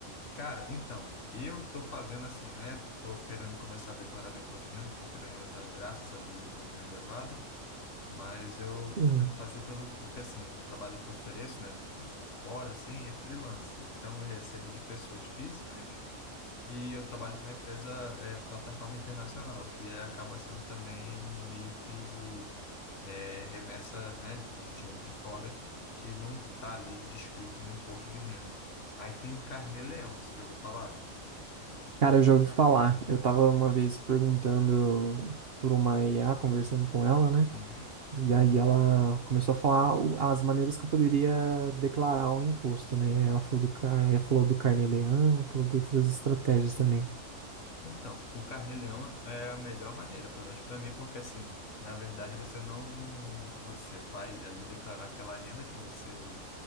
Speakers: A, on the left (about 70°); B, on the right (about 50°).
A: Cara, então, eu tô fazendo assim, né? Tô querendo começar a declarar meu imposto de renda, porque minha renda tá, graças a Deus, um pouquinho elevada. Mas eu
B: Uhum.
A: pretendo fazer pelo, porque assim, o trabalho que eu ofereço, né, por fora, assim, é freelance. Então eu recebo de pessoas físicas e eu trabalho com uma empresa, é, plataforma internacional, que é, acaba sendo também meio que é, remessa, né, de dinheiro de fora que não está ali descrito no imposto de renda. Aí tem o Carnê Leão, você já ouviu falar?
B: Cara, eu já ouvi falar. Eu tava uma vez perguntando por uma IA, conversando com ela, né?
A: Uhum.
B: E aí ela começou a falar o- as maneiras que eu poderia declarar um imposto, né? Ela falou do, ca- ela falou do carnê-leão, falou de outras estratégias também.
A: Então, o carnê-leão é a melhor maneira, pelo menos para mim, porque assim, na verdade você não, você vai ali declarar aquela renda que você